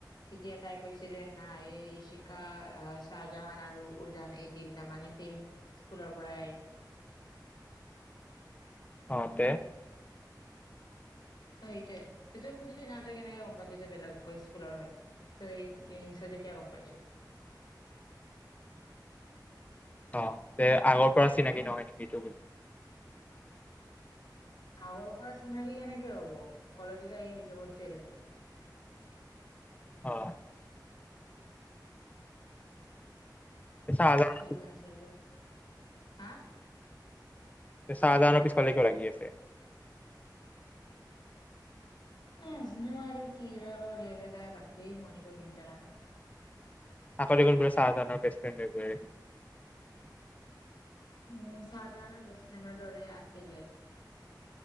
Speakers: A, on the left; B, on the left.
A: তেতিয়া তাই কৈছিলে নাই এই শিকা আহ চাহজাহান আৰু উৰজান এই তিনিটা মানে চেইম স্কুলৰ পৰাই আহিছে
B: অ তে
A: চৌ সেইটোৱে তই সুধিলি না তই কেনেকে গম পালি বেলেগ স্কুলৰ হয় চ' সেইিত তেতিয়া গম পাইছো
B: অ তে আগৰ পৰা চিনাকি নহয় নেকি এইটো বুলি
A: আগৰ পৰা চিনাকি কেনেকে হব কলেজতে আহী হৈ হৈছে দেখোন
B: হয় চাহজাহান
A: ঠিক আছে ন হা
B: চাহজাহৰ পিছফালেকিবা লাগি আছে
A: এই নাজানো আৰু কিৰি তাই ব মৰিব কিন্ত নাৰে
B: কল বো চাহজানৰ বেষ্ট ফ্ৰে <unintelligible>
A: উম চাহজাহানৰ বেষ্ট ফ্ৰেণ্ডৰ দৰে আছিলে